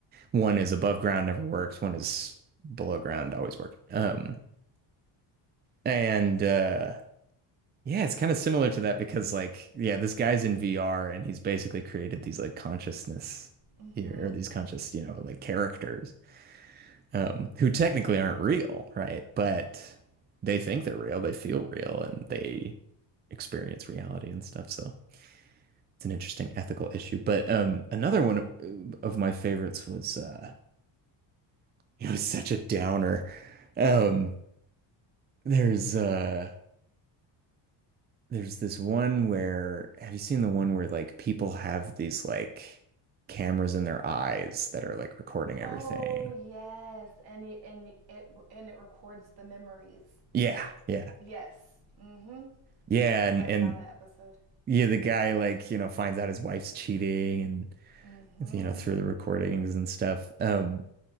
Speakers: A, on the right; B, on the right.
A: one is above ground, never works. One is below ground, always worked. Um, and uh, yeah, it's kind of similar to that because like yeah, this guy's in VR and he's basically created these like consciousness
B: Mhm.
A: here or these conscious you know like characters um, who technically aren't real, right? But they think they're real, they feel real, and they experience reality and stuff. So it's an interesting ethical issue. But um, another one of, of my favorites was uh, <laughs> it was such a downer. Um, There's uh there's this one where have you seen the one where like people have these like cameras in their eyes that are like recording everything?
B: Oh yes, and y- and y- it and it records the memories.
A: Yeah, yeah.
B: Yes. Mm-hmm.
A: Yeah,
B: Yep,
A: and
B: I
A: and
B: saw that episode.
A: yeah, the guy like, you know, finds out his wife's cheating and
B: Mm-hmm.
A: you know, through the recordings and stuff. Um